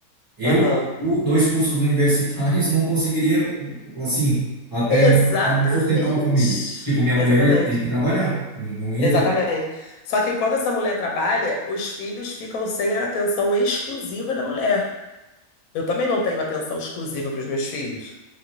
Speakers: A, on the right; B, on the left.
A: Eu,
B: Aham.
A: o- dois cursos universitários, <laughs> não conseguiria, assim, até
B: Exatamente.
A: ano passado, sustentar uma família. Tipo, minha
B: Exatamente.
A: mulher ia ter que trabalhar, não não ia
B: Exatamente.
A: ter. jeito.
B: Só que quando essa mulher trabalha, os filhos ficam sem a atenção exclusiva da mulher. Eu também não tenho atenção exclusiva para os meus filhos.